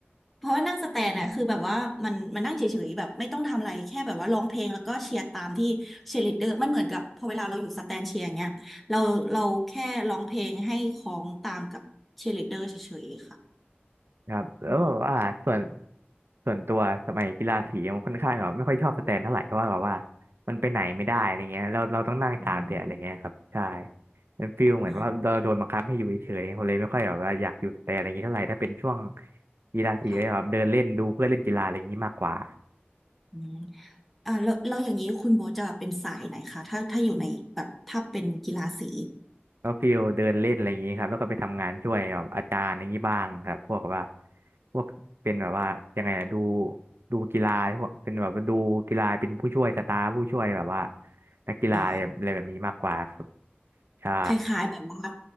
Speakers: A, in the centre; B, on the right (about 70°).
A: เพราะว่านั่งสแตนน่ะคือแบบว่ามันมันนั่งเฉยๆแบบไม่ต้องทำอะไรแค่แบบว่าร้องเพลงแล้วก็เชียร์ตามที่เชียร์ลีดเดอร์มันเหมือนกับพอเวลาเราอยู่สแตนเชียร์อย่างเงี้ยเราเราแค่ร้องเพลงให้ของตามกับเชียร์ลีดเดอร์เฉยๆค่ะ
B: ครับแล้วแบบว่าส่วน
A: อืม
B: ส่วนตัวสมัยกีฬาสีมันค่อนข้างแบบไม่ค่อยชอบสแตนเท่าไหร่เพราะว่าแบบว่ามันไปไหนไม่ได้อะไรเงี้ยเราเราต้องนั่งตากแดดอะไรเงี้ยครับใช่
A: อืม
B: เป็นฟีลเหมือนว่าเราโดนบังคับให้อยู่เฉยๆเขาเลยไม่ค่อยแบบว่าอยากอยู่สแตนอะไรเงี้ยเท่าไหร่ถ้าเป็นช่วง
A: อ๋อ
B: กีฬาสีก็จะแบบเดินเล่นดูเพื่อนเล่นกีฬาอะไรอย่างงี้มากกว่า
A: ค่ะอืมอ่าแล้วแล้วอย่างนี้คุณโบทจะเป็นสายไหนคะถ้าถ้าอยู่ในแบบถ้าเป็นกีฬาสี
B: ก็ฟิลเดินเล่นอะไรอย่างนี้ครับแล้วก็ไปทำงานช่วยแบบอาจารย์อย่างนี้บ้างครับพวกแบบว่าพวกเป็นแบบว่ายังไงอะดูดูกีฬาพวกเป็นแบบว่าดูกีฬาเป็นผู้ช่วยสตาฟผู้ช่วยแบบว่านักกีฬาอะไรอะไรแบบนี้มากกว่าครับ
A: อ๋อ
B: ใช่
A: คล้ายๆแบบว่า